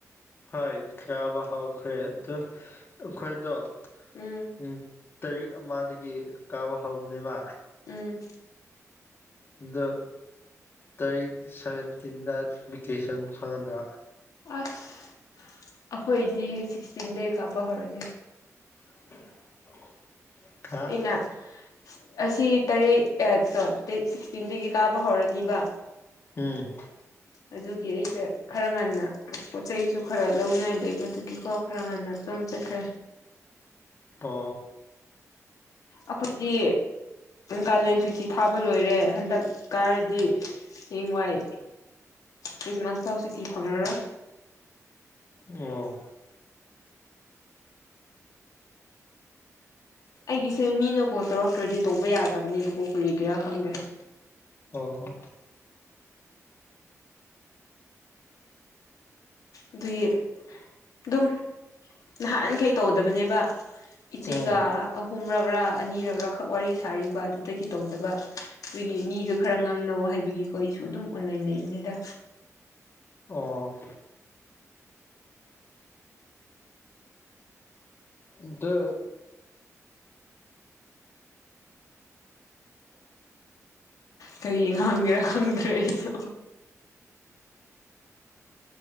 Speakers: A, on the left (about 40°); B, on the left (about 85°).
A: ꯍꯣꯏ ꯀꯥꯕ ꯍꯧꯈ꯭ꯔꯦ ꯑꯗꯣ ꯑꯩꯈꯣꯏꯗꯣ
B: ꯎꯝ
A: ꯎꯝ ꯇꯥꯔꯤꯛ ꯑꯃꯥꯗꯒꯤ ꯀꯥꯕ ꯍꯧꯅꯦꯕ
B: ꯎꯝ
A: ꯑꯗꯣ ꯇꯥꯔꯤꯛ ꯁꯚꯦꯟꯇꯤꯟꯗ ꯚꯦꯀꯦꯁꯟ ꯐꯪꯉꯟꯗ
B: ꯑ꯭ꯥꯁ ꯑꯈꯣꯏꯗꯤ ꯁꯤꯛꯁꯇꯤꯟꯗꯩ ꯀꯥꯕ ꯍꯧꯔꯅꯤ
A: <unintelligible> ꯍꯥ
B: ꯑꯩꯅ ꯁꯤꯠ ꯑꯁꯤ ꯇꯔꯦꯠ ꯑ ꯇꯣ ꯗꯦꯠ ꯁꯤꯛꯁꯇꯤꯟꯗꯒꯤ ꯀꯥꯕ ꯍꯧꯔꯅꯤꯕ
A: ꯎꯝ
B: ꯑꯗꯨꯒꯤ ꯑꯩꯁꯦ ꯈꯔ ꯉꯟꯅ ꯄꯣꯠ ꯆꯩꯖꯨ ꯈꯔ ꯂꯧꯅꯥꯏ ꯂꯩꯕ ꯑꯗꯨꯒꯤꯀꯣ ꯈꯔ ꯉꯟꯅ ꯑꯗꯨꯝ ꯆꯠꯈ꯭ꯔꯦ
A: ꯄꯣ
B: ꯑꯈꯣꯏꯗꯤ ꯀꯥꯂꯦꯟ ꯁꯨꯇꯤ ꯊꯥꯕ ꯂꯣꯏꯔꯦ ꯍꯟꯗꯛ ꯀꯥꯔꯗꯤ ꯍꯌꯦꯡ ꯋꯥꯏ ꯈ꯭ꯔ꯭ꯤꯁꯃ꯭ꯥꯁ ꯐꯥꯎ ꯁꯨꯇꯤ ꯐꯪꯉꯔꯣꯏ
A: ꯃꯣ
B: ꯑꯩꯒꯤꯁꯦ ꯃꯤꯅ ꯀꯣꯟꯜ ꯇꯧꯔꯛꯇ꯭ꯔꯗꯤ ꯇꯧꯕ ꯌꯥꯗꯕꯅꯦꯕꯀꯣ ꯀꯩꯒꯦꯔꯥ ꯈꯪꯗꯦ
A: ꯑꯣ ꯒꯣ
B: ꯑꯗꯨꯒꯤ ꯑꯗꯨꯝ ꯅꯍꯥꯟꯈꯩ ꯇꯧꯗꯕꯅꯦꯕ ꯏꯆꯦꯒ
A: ꯎꯝ
B: ꯑꯍꯨꯝꯔꯛꯔ ꯑꯅꯤꯔꯛꯔ ꯈꯛ ꯋꯥꯔꯤ ꯁꯥꯔꯤꯕ ꯑꯗꯨꯗꯒꯤ ꯇꯧꯗꯕ ꯈꯣꯏꯒꯤ ꯃꯤꯒ ꯈꯔ ꯉꯥꯡꯅꯧ ꯍꯥꯏꯕꯒꯤꯀꯣ ꯑꯩꯁꯨ ꯑꯗꯨꯝ ꯑꯣꯟꯂꯥꯏꯟ ꯂꯩꯔꯤꯅꯦꯗ
A: ꯑꯣ ꯑꯗꯨ
B: ꯀꯔꯤ ꯍꯪꯒꯦꯔꯥ ꯈꯪꯗ꯭ꯔꯦ ꯑꯩꯁꯨ